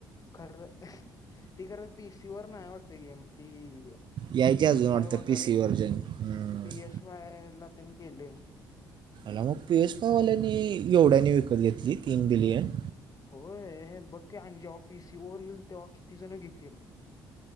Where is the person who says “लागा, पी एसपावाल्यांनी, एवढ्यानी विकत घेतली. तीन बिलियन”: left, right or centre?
Right